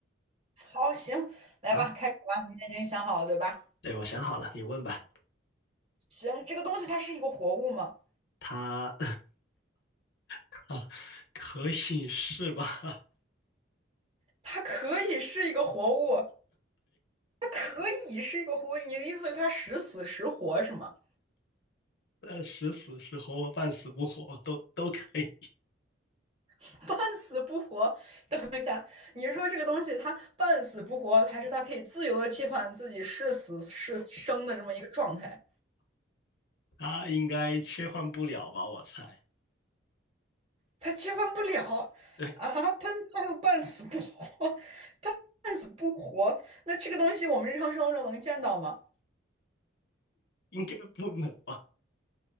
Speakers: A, on the right; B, on the left.
A: 好，行，来吧，
B: 好，
A: 开始吧。你已经想好了，对吧？
B: 对，我想好了，你问吧。
A: 行，这个东西它是一个活物吗？
B: 它 <laughs> 可以是吧？<laughs>
A: 它可以是一个活物，它可以是一个活物。你的意思是它时死时活是吗？
B: 呃，时死时活，半死不活，都都可以。
A: <laughs> 半死不活？等一下，你是说这个东西它半死不活，还是它可以自由的切换自己是死是生的这么一个状态？
B: 他应该切换不了吧？我猜，
A: 他切换不了
B: 对，
A: 啊，他他又半死不活，<laughs> 他半死不活。那这个东西我们日常生活中能见到吗？
B: 应该不能吧？